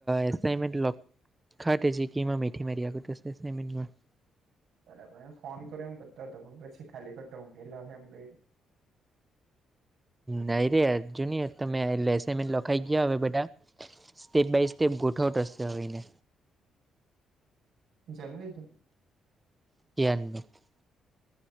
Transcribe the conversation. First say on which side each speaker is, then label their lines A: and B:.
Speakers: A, on the right (about 20°); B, on the right (about 80°).
A: એસાનમેન્ટ <unintelligible>
B: બરાબર એમ ફોન કરો એમ કરતા હતો પણ પછી ખાલી કરતો હઘેલો એમ ક
A: નહી રે અર્જુન તમે લસાન લખાઈ ગયા હવે બધા. સ્ટેપ બાય સ્ટેપ ગોઠવત હશે આવીને.
B: જેમ લીધું.
A: <inaudible>